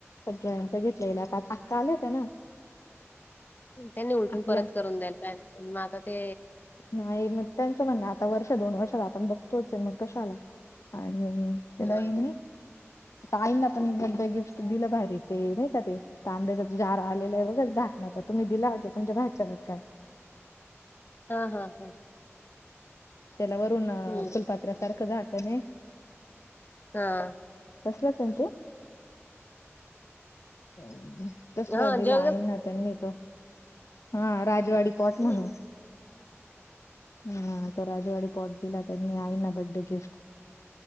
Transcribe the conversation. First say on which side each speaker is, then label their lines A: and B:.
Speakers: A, on the left; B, on the left.
A: सगळ्यांच घेतलेलं आता आक्का आलेत ना.
B: त्यांनी उलटून
A: आपल्या
B: परत करून द्यायला मग आता ते
A: नाही मग त्याचं म्हणणं आता वर्ष दोन वर्षाला आपण बघतोच मग कशाला आणि ते
B: हा
A: बाईं आईंना पण बडडे गिफ्ट दिलं बाहेर ते नाही का ते. तांब्याचा जो जार आलेला आहे बघा झाकणाचा तुम्ही दिला होता तुमच्या भायच्याला काय?
B: हा हा हा.
A: त्याला वरून
B: हम्म
A: फुलपात्र्या सारखं झााकणहे.
B: हा.
A: तसलंच हे ना ते? अ तसला
B: हा
A: दिला
B: जग
A: आईना त्यांनी तो. हा राजवाडी पॉट
B: हम्म
A: म्हणून. हा राजवाडी पॉट दिला त्यांनी आईना बड्डे गिफ्ट.